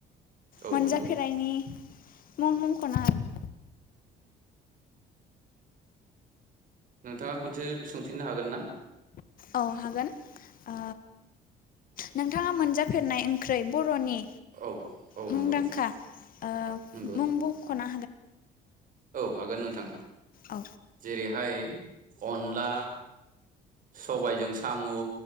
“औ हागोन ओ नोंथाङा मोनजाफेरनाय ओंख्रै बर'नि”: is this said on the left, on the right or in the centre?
Left